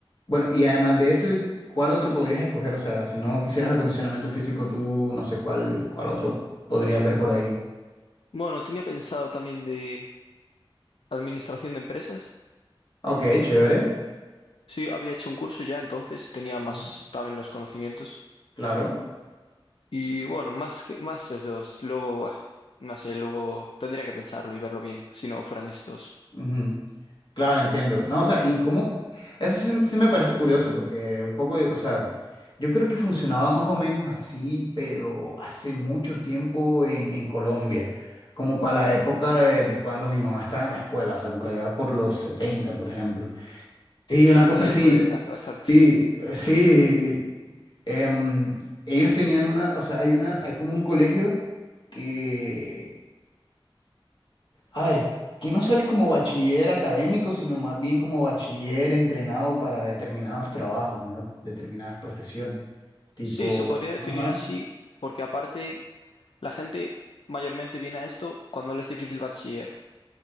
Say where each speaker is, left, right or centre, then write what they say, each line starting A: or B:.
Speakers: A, on the left; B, on the left.
A: Bueno, y además de ese, ¿cuál otro podrías escoger? O sea, si no quisieras acondicionamiento físico, tú no sé cuál, cuál otro podrías ver por ahí.
B: Bueno, tenía pensado también de administración de empresas.
A: Ok, chévere.
B: Sí, había hecho un curso ya, entonces tenía
A: Ujú.
B: más también los conocimientos.
A: Claro.
B: Y bueno, más que más es dos. Luego, buah, no sé, luego tendría que pensarlo y verlo bien, si no fueran estos.
A: Ujú. Claro, entiendo. No, o sea, y cómo, eso sí, sí me parece curioso porque un poco, o sea, yo creo que funcionaba más o menos así, pero hace mucho tiempo en, en Colombia, como para la época de, de cuando mi mamá estaba en la escuela, o sea, por allá por los 70, por ejemplo. Sí,
B: <laughs>
A: una cosa
B: Sí,
A: así.
B: fue hace bastante.
A: Sí, eh, sí. em, ellos tenían una, o sea, hay una, hay como un colegio que, a ver, que no sales como bachiller académico, sino más bien como bachiller entrenado para determinados trabajos, ¿no? Determinadas profesiones. Tipo,
B: Sí, se podría definir
A: ajá.
B: así, porque aparte la gente mayormente viene a esto cuando le es difícil bachiller.